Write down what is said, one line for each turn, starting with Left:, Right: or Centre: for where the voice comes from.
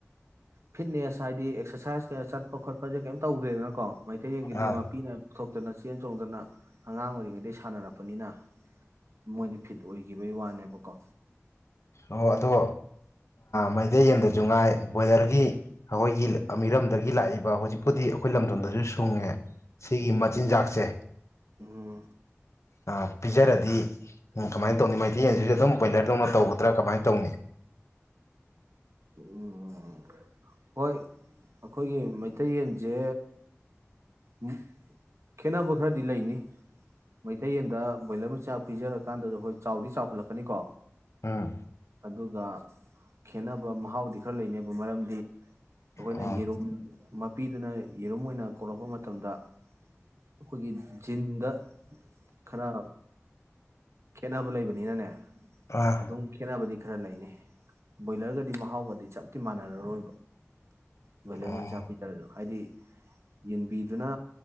Right: ꯐꯤꯠꯅꯦꯁ ꯍꯥꯏ ꯗꯤ ꯑꯦꯛꯁꯔꯁꯥꯏꯖ ꯒꯥ ꯆ꯭ꯇꯄꯥ ꯈꯣꯠꯄꯥ ꯒꯥ ꯀꯦꯏꯝ ꯇ꯭ꯕꯗ꯭ꯔꯦ ꯀꯣ꯫ ꯃꯩꯇꯩꯒꯤꯗꯤ
Left: ꯑꯥ
Right: ꯃꯄꯤꯅ ꯄꯨꯊꯣꯛꯇꯅ ꯆꯦꯟ ꯆꯣꯡꯗꯅ ꯑꯉꯥꯡ ꯑꯣꯏꯔꯤꯉꯩꯗꯒꯤ ꯁꯥꯟꯅꯔꯛꯄꯅꯤꯅ ꯃꯣꯏꯗꯤ ꯐꯤꯠ ꯑꯣꯏꯈꯤꯕꯒꯤ ꯋꯥꯅꯦꯕꯀꯣ
Left: ꯑꯣ ꯑꯗꯣ ꯃꯩꯇꯩ ꯌꯦꯟꯗꯁꯨ ꯉꯥꯏ ꯕꯣꯏꯂꯔꯒꯤ ꯑꯩꯈꯣꯏꯒꯤ ꯃꯤꯔꯝꯗꯒꯤ ꯂꯥꯛꯏꯕ ꯍꯧꯖꯤꯛꯄꯨꯗꯤ ꯑꯩꯈꯣꯏ ꯂꯝꯗꯝꯗꯁꯨ ꯁꯨꯡꯉꯦ ꯁꯤꯒꯤ ꯃꯆꯤꯟꯖꯥꯛꯁꯦ
Right: ꯎꯝ
Left: ꯑꯥ ꯄꯤꯖꯥꯔꯤ ꯗ ꯎꯝ ꯀꯃꯩ ꯇ꯭ꯕꯤꯅꯤ ꯃꯦꯏꯇꯦꯏ ꯌꯦꯟ ꯁꯨ ꯑꯗꯨꯝ ꯕꯣꯏꯂꯔ ꯗ꯭ꯕꯥꯅꯥ꯫ ꯇ꯭ꯕꯒꯗ꯭ꯔ ꯀꯃꯩ ꯇ꯭ꯕꯤꯅꯤ꯫
Right: ꯎꯝ ꯎꯝ ꯍꯣꯏ ꯑꯈꯣꯏꯒꯤ ꯃꯦꯏꯇꯦꯏ ꯌꯦꯟ ꯁꯦ꯫ ꯎꯝ ꯈꯦꯇꯅꯕꯥ ꯈ꯭ꯔꯥ ꯗꯤ ꯂꯦꯏꯅꯤ ꯃꯦꯏꯇꯦꯏ ꯌꯦꯟ ꯗꯥ ꯕꯣꯏꯂꯔ ꯃꯆꯤꯟ ꯆꯥꯛ ꯄꯤꯖꯥꯔꯥ ꯀ꯭ꯟꯗꯥ ꯁꯨ ꯍꯣꯏ ꯆ꯭ꯋ ꯗ ꯆ꯭ꯋ꯭ꯈꯇꯂꯀꯅꯤ ꯀꯣ꯫
Left: ꯎꯝ
Right: ꯑꯗꯨꯒ ꯈꯦꯅꯕꯥ ꯃꯥꯍꯋ ꯗꯤ ꯈ꯭ꯔꯥ ꯂꯦꯏꯅꯤ꯫ ꯃꯔꯥꯝ ꯗꯤ ꯑꯈꯣꯏ
Left: ꯑꯣ
Right: ꯅ ꯌꯦꯔꯨꯝ꯫ ꯃꯄꯤꯗꯨꯅꯥ ꯌꯦꯔꯨꯝ ꯑꯣꯏꯅꯥ ꯀꯣꯂꯀꯄꯥ ꯃꯥ꯫ ꯇꯨꯃꯗꯥ ꯑꯈꯣꯏ ꯒꯤ ꯖꯤꯅꯦ ꯗꯥ ꯈ꯭ꯔꯥ꯫ ꯈꯦꯅꯕꯥ ꯂꯦꯏꯕꯥꯅꯤꯅꯥ ꯅꯦ꯫
Left: ꯑꯥ
Right: ꯑꯗꯨꯝ ꯈꯦꯅꯥꯕꯥ ꯗꯤ ꯈ꯭ꯔꯥ ꯂꯦꯏꯅꯤ ꯕꯣꯏꯂꯔ ꯒꯥ ꯗꯤ ꯃꯥꯍꯑꯣ ꯆꯞ ꯗꯤ ꯃꯅꯥꯔꯣꯏ꯫ ꯕꯣꯏꯂꯔ
Left: ꯑꯣ
Right: ꯃꯆꯥ ꯄꯤꯗꯔꯗꯣ ꯍꯥꯏꯗꯤ ꯌꯦꯟ꯫ ꯄꯤꯗꯨꯅ